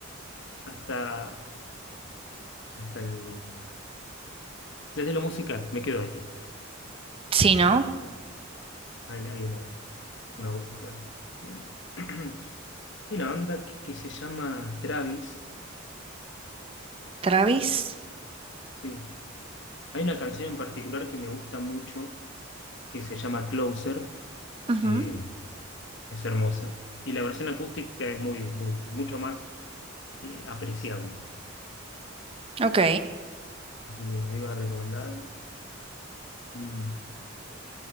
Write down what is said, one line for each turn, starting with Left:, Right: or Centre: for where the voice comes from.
Left: hasta, hasta el... Desde lo musical, me quedo ahí.
Right: Sí, ¿no?
Left: Hay, hay una, una búsqueda. Eh, <clears throat> hay una banda que, que se llama Travis.
Right: Travis.
Left: Sí. Hay una canción en particular que me gusta mucho, que se llama Closer.
Right: Ujú,
Left: Eh, es hermosa. Y la versión acústica es muy, muy, mucho más eh, apreciable.
Right: Ok,
Left: Eh, ahí va recomendada. Mm.